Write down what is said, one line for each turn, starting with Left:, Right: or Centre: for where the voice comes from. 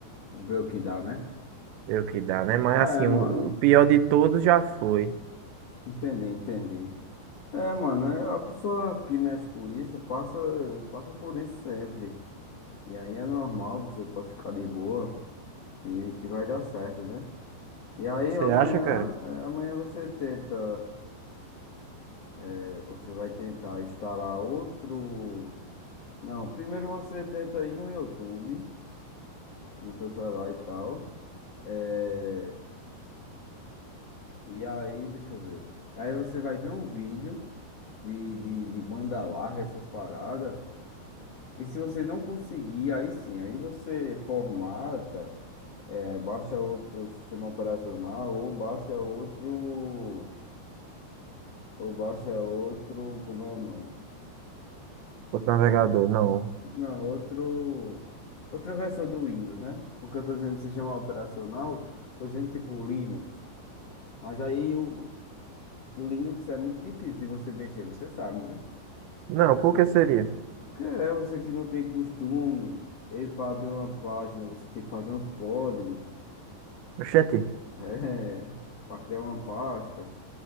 Left: Vamos ver o que dá, né?
Right: Ver o que dá, né? Mas
Left: É,
Right: assim,
Left: mano.
Right: o, o pior de todos já foi.
Left: Entendi, entendi. É, mano, é a pessoa que mexe com isso passa, passa por isso sempre. E aí é normal, você pode ficar de boa e que vai dar certo, né? E aí
Right: Você
Left: amanhã,
Right: acha, cara?
Left: é, amanhã você tenta, é, você vai tentar instalar outro. Não, primeiro você tenta ir no YouTube, no seu celular e tal. É, E aí, deixa eu ver. aí você vai ver um vídeo de, de, de banda larga, essas paradas. E se você não conseguir, aí sim, aí você formata, eh, baixa outro sistema operacional ou baixa outro, ou baixa outro, como é o nome?
Right: Outro navegador,
Left: Ah,
Right: não.
Left: Não, outro, outra versão do Windows, né? Porque eu tô dizendo sistema operacional, tô dizendo tipo o Linux. Mas aí o, o Linux é muito difícil de você mexer, você sabe, né?
Right: Não, por
Left: Você,
Right: que seria?
Left: porque é você que não tem costume, ele para abrir uma página, você tem que fazer uns códigos.
Right: Oxente.
Left: É, pra criar uma pasta.